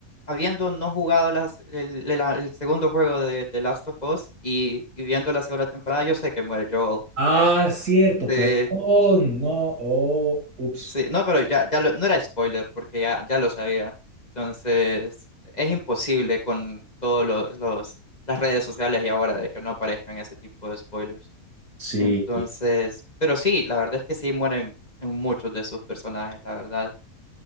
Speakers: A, on the left; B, on the right.
A: habiendo no jugado las, el, el- la- el segundo juego de, de Last of Us y, y viendo la segunda temporada, yo sé que muere Joel.
B: Ah, cierto,
A: Sí,
B: perdón, no, oh, ups.
A: sí, no, pero ya, ya lo- no era spoiler porque ya, ya lo sabía. Entonces, es imposible con todos los, los- las redes sociales y ahora de que no aparezcan ese tipo de spoilers.
B: Sí.
A: Entonces, pero sí, la verdad es que sí mueren en muchos de sus personajes, la verdad.